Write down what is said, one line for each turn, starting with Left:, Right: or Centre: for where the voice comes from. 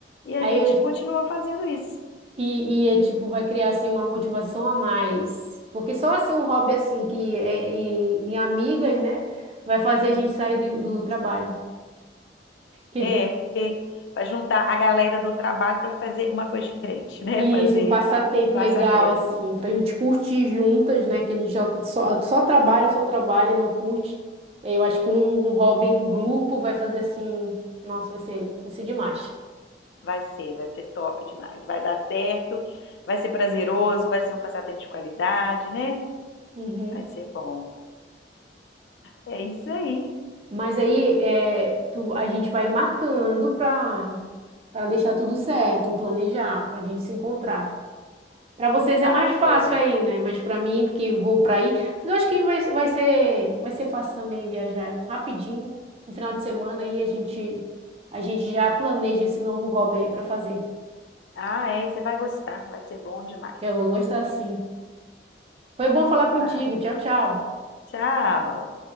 Left: E a
Right: Aí,
Left: gente continua fazendo isso.
Right: e, e é tipo, vai criar assim uma motivação a mais. Porque só assim um hobby assim que é é, em, em amigas, né? Vai fazer a gente sair do, do trabalho. <laughs>
Left: É, é para juntar a galera do trabalho para fazer uma coisa diferente, <laughs> né?
Right: Isso,
Left: Fazer
Right: um passatempo
Left: passatempo.
Right: legal, assim, pra gente curtir juntas, né? Que a gente já só, só trabalha, só trabalha e não curte. Eu acho que um, um hobby em grupo vai fazer assim, nossa, vai ser, vai ser demais.
Left: Vai ser, vai ser top demais. Vai dar certo, vai ser prazeroso, vai ser um passatempo de qualidade, né?
Right: Uhum.
Left: Vai ser bom. É isso aí,
Right: Mas aí é, tu- a gente vai marcando pra para deixar tudo certo, um planejar, pra gente se encontrar. Para vocês
Left: tá
Right: é mais fácil
Left: certo.
Right: aí, né? Mas para mim, que vou para aí, mas eu acho que vai, vai ser, vai ser fácil também viajar rapidinho. No final de semana aí a gente, a gente já planeja esse novo hobby aí para fazer.
Left: Ah, é, você vai gostar, vai ser bom demais.
Right: Eu vou gostar sim. Foi bom falar contigo.
Left: Vai,
Right: Tchau, tchau.
Left: tchau.